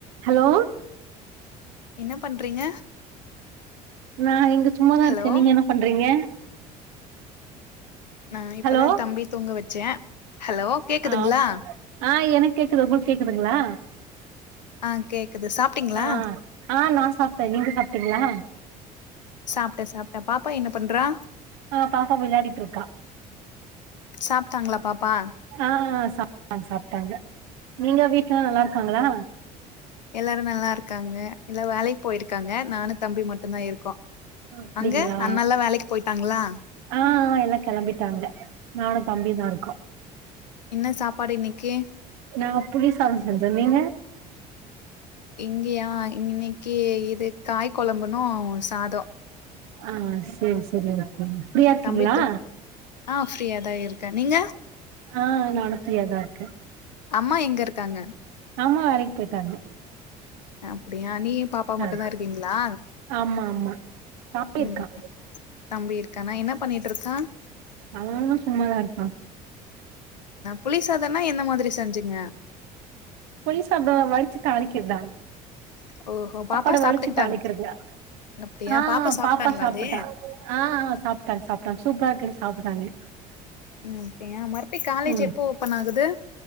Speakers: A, on the right (about 65°); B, on the left (about 85°).
A: Hello
B: என்ன பண்றீங்க
A: நா இங்க சும்மாதா
B: ஹலோ
A: இருக்க நீங்க என்ன பண்றீங்க
B: நா இப்பதா
A: ஹலோ
B: தம்பி தூங்க வச்ச ஹலோ கேக்குதுங்ளா
A: ஆ ஆ எனக்கு கேக்குது உங்களுக்கு கேக்குதுங்ளா
B: ஆ கேக்குது சாப்ட்டீங்களா
A: ஆ ஆ நா சாப்ட்ட நீங்க சாப்ட்டீங்களா
B: சாப்ட்ட சாப்ட்ட பாப்பா என்ன பண்றா
A: ஆ பாப்பா விளாடிட்டு இருக்கா
B: சாப்ட்டாங்களா பாப்பா
A: ஆ சாப்ட்டாங்க சாப்ட்டாங்க நீங்க வீட்லல்லா நல்லா இருக்காங்களா
B: எல்லாரு நல்லாருக்காங்க எல்லா வேலைக்கு போயிருக்காங்க நானு தம்பி மட்டு தா இருக்கோ
A: அப்டிங்களா
B: அங்க அண்ணல்லா வேலைக்கு போயிட்டாங்களா
A: ஆ ஆ எல்லா கெளம்பிட்டாங்க நானு தம்பிதா இருக்கோ
B: என்ன சாப்பாடு இன்னிக்கு
A: நா புளி சாத செஞ்ச நீங்க
B: இங்கயா இ இன்னைக்கு இது காய் கொழம்புனு சாத
A: ஆ செரி செரி ஓகே ஃப்ரீயா இருக்கீங்ளா
B: தம்பி தூ ஆ ஃப்ரீயா தா இருக்க நீங்க
A: ஆ நானு ஃப்ரீயாதா இருக்க
B: அம்மா எங்க இருக்காங்க
A: அம்மா வேலைக்கு போயிட்டாங்க
B: அப்படியா நீயு பாப் அப்பா மட்டு்தா
A: ஆ
B: இருக்கீங்களா
A: ஆமா ஆமா தம்பி இருக்கா
B: ம் தம்பி இருக்கானா என்ன பண்ணிட்டு இருக்கா
A: அவ என்ன சும்மாதா இருக்கா
B: புளிசாதனா என்ன மாதிரி செஞ்சிங்க
A: புளி சாப்ட வடிச்சி தாளிக்கிறதுதா
B: ஓஹோ
A: சாப்பாட
B: பாப்பா சாப்ட்டுக்கிட்டாங்க
A: வலிச்சு தாளிக்கிறது
B: அப்டியா
A: ஆ
B: சாப்ட்டாங்களா
A: பாப்பா சாப்ட்டா
B: அது
A: ஆ சாப்ட்டாங்க சாப்ட்டாங்க சூப்பரா இருக்குன் சாப்ட்டாங்க
B: ம் அப்டியா மறுபடியு காலேஜ்
A: ம்
B: எப்போ ஓபன் ஆகுது